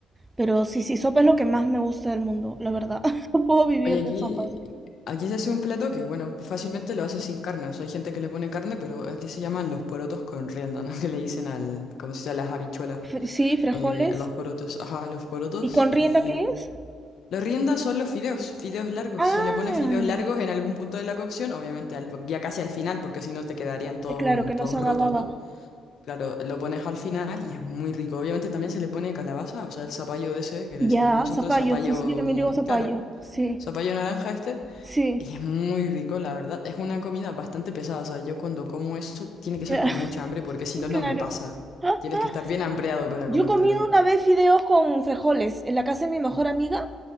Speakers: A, on the right (about 20°); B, on the left (about 65°).
A: Pero sí, sí, sopa es lo que más me gusta del mundo, la verdad. <laughs> No puedo vivir
B: Oye, aquí,
A: de sopas.
B: aquí se hace un plato que, bueno, fácilmente lo hace sin carne. O sea, hay gente que le pone carne, pero aquí se llaman los porotos con rienda, ¿no? <laughs> Que le dicen al, como se dice, a las habichuelas.
A: Fr- Sí, frijoles.
B: Eh, a los porotos, ajá, a los porotos.
A: ¿Y con rienda
B: Y
A: qué es?
B: los riendas son los fideos, fideos largos.
A: Ah,
B: Se le pone fideos largos en algún punto de la cocción, obviamente al- ya casi al final, porque si no te quedarían todos,
A: sí, claro
B: mm,
A: que
B: todos
A: no se agababa.
B: rotos, ¿no? Claro, lo pones al final y es muy rico. Obviamente también se le pone calabaza, o sea, el zapallo de ese, que le decimos
A: Ya,
B: nosotros,
A: zapallo,
B: zapallo,
A: sí, sí, yo también
B: mm,
A: digo zapallo.
B: claro,
A: Sí,
B: zapallo naranja este.
A: sí,
B: Y es muy rico, la verdad. Es una comida bastante pesada. O sea, yo cuando como eso tiene que
A: cla-
B: ser con mucha hambre porque
A: <laughs>
B: si no, no
A: claro.
B: me pasa.
A: Ah,
B: Tienes
A: ah.
B: que estar bien hambreado para
A: Yo
B: comértelo.
A: he comido una vez fideos con frijoles en la casa de mi mejor amiga,